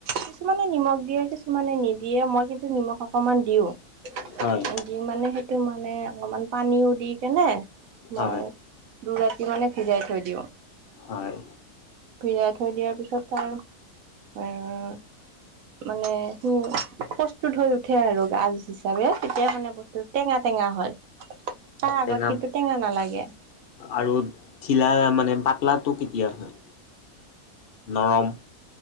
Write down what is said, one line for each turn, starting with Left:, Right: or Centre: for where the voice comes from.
Right: কিছুমানে নিমখ দিয়ে কিছুমানে নিদিয়ে মই কিন্তু নিমখ অকণমান দিওঁ। <inaudible>
Left: হয়।
Right: দি মানে সেইটো মানে অকমান পানীও দি কেনে মই
Left: হয়,
Right: দুই ৰাতি মানে ভিজাই থৈ দিওঁ।
Left: হয়।
Right: ফিৰাই থৈ দিয়াৰ পিছত তাৰ আৰু মানে সি প্ৰস্তুত হৈ উঠে আৰু গাজ হিচাপে তেতিয়া মানে বস্ত- টো টেঙা টেঙা হয় তাৰ আগত
Left: টেঙা
Right: কিন্তু টেঙা নালাগে।
Left: আৰু ঢিলা মানে পাতলাটো কেতিয়া হয় নৰম।